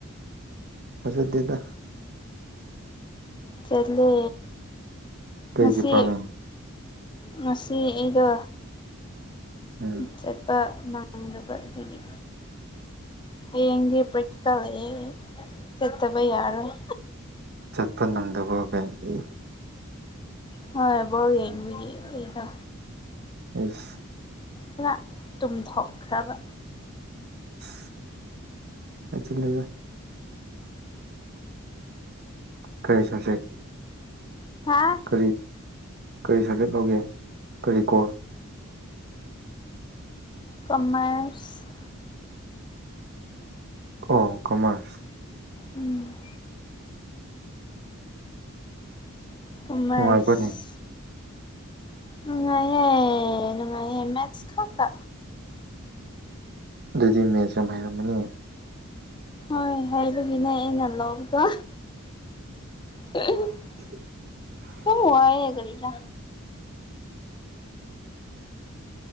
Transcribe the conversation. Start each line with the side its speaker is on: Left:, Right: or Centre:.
Right: ꯊꯖꯗꯦꯗ
Left: ꯆꯠꯂꯦ
Right: ꯀꯩ
Left: ꯉꯁꯤ
Right: ꯗꯤꯄꯥꯔꯠꯃꯦꯟ
Left: ꯉꯁꯤ ꯑꯩꯒ
Right: ꯎꯝ <unintelligible> <inaudible>
Left: ꯆꯠꯄ ꯉꯪꯗꯕ ꯑꯗꯨꯒꯤ ꯍꯌꯦꯡꯗꯤ ꯄ꯭ꯔꯦꯛꯇꯤꯀꯦꯜ ꯂꯩꯌꯦ ꯆꯠꯇꯕ ꯌꯥꯔꯣꯏ
Right: ꯆꯠꯄ ꯅꯪꯗꯕꯒꯩ
Left: ꯍꯣꯏ ꯕꯣꯜ ꯌꯦꯕꯒꯤ ꯑꯩꯗꯣ
Right: ꯑꯁ
Left: ꯈꯔ ꯇꯨꯝꯊꯣꯛꯈ꯭ꯔꯕ
Right: ꯑꯁ ꯍꯥꯏꯖꯤꯜꯂꯦꯗꯥ ꯀꯩ ꯁꯕꯖꯦꯛ
Left: ꯑ
Right: ꯀꯔꯤ ꯀꯔꯤ ꯁꯥꯏꯐꯦꯠ ꯂꯧꯒꯦ ꯀꯔꯤ ꯀꯣ
Left: ꯀꯃꯔꯁ <inaudible> <unintelligible>
Right: ꯑꯣ ꯀꯃꯔꯁ
Left: ꯎꯝ ꯀꯃꯥꯏꯁ
Right: ꯅꯨꯡꯉꯥꯏꯕ꯭ꯔꯅꯦ
Left: ꯅꯨꯡꯉꯥꯏꯌꯦꯦ ꯅꯨꯡꯉꯥꯏꯌꯦꯦ ꯃꯦꯁ ꯈꯠꯇ
Right: ꯑꯗꯨꯗꯤ ꯃꯦꯠꯁ ꯌꯥꯝ ꯍꯥꯏꯩꯔꯝꯃꯅꯤ
Left: ꯍꯣꯏ ꯍꯥꯏꯕꯒꯤꯅꯦ ꯑꯩꯅ ꯂꯧꯕꯗꯣ ꯎ <unintelligible>
Right: ꯑ
Left: ꯍ ꯋꯥꯌꯦ ꯀꯔꯤꯔ